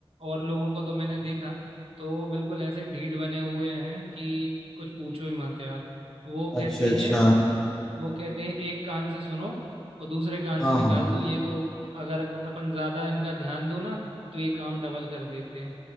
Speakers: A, on the right; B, in the centre.
A: और लोगों को तो मैंने देखा तो बिल्कुल ऐसे ढीठ बने हुए हैं कि कुछ पूछो ही मत यार वो कहते
B: अच्छा
A: हैं
B: अच्छा
A: वो कहते हैं एक कान से सुनो और दूसरे कान
B: हाँ
A: से निकाल
B: हाँ
A: दो ये तो अगर अपन ज्यादा इनका ध्यान दो ना तो ये काम डबल कर देते हैं